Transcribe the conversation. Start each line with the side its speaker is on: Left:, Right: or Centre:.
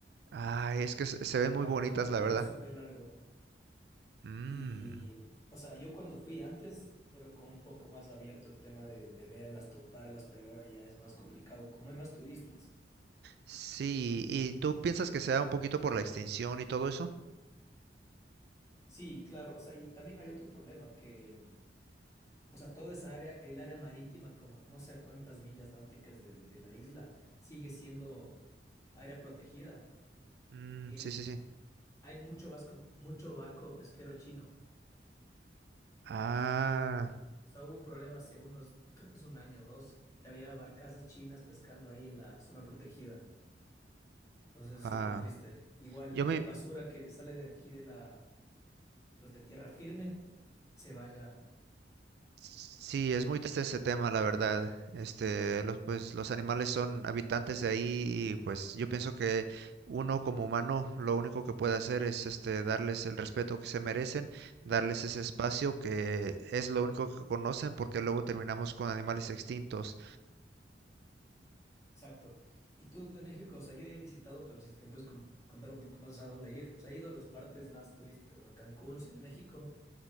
Right: Ay, es que se se ven
Left: ajá,
Right: muy bonitas,
Left: con el cuello
Right: la verdad.
Left: súper largo.
Right: Mmm.
Left: Y, o sea, yo cuando fui antes era como un poco más abierto el tema de, de verlas, toparlas, pero ahora ya es más complicado, como hay más turistas.
Right: Sí, ¿y tú piensas que sea un poquito por la extinción y todo eso?
Left: Sí, claro, o sea, y también hay otro problema que, o sea, toda esa área, el área marítima, como a no sé a cuántas millas náuticas del- de la isla, sigue siendo área protegida.
Right: Mmm,
Left: El,
Right: sí, sí, sí.
Left: hay mucho vasco, mucho barco pesquero chino.
Right: Ah,
Left: O sea, hubo un problema hace unos, creo que es un año o dos, que había barcazas chinas pescando ahí en la zona protegida. Entonces es
Right: ah,
Left: súper triste. Igual,
Right: yo me...
Left: basura que sale de aquí de la, pues de tierra firme, se vaya.
Right: Sí, es muy triste ese tema, la verdad. Este, los, pues, los animales son habitantes de ahí y pues yo pienso que uno como humano lo único que puede hacer es este, darles el respeto que se merecen, darles ese espacio que es lo único que conocen porque luego terminamos con animales extintos.
Left: Exacto. Y tú de México, o sea, yo ya he visitado, pero si es que me puedes con- contar un poco más a dónde ir. O sea, he ido a las partes más turísticas, ¿no? Cancún, Ciudad de México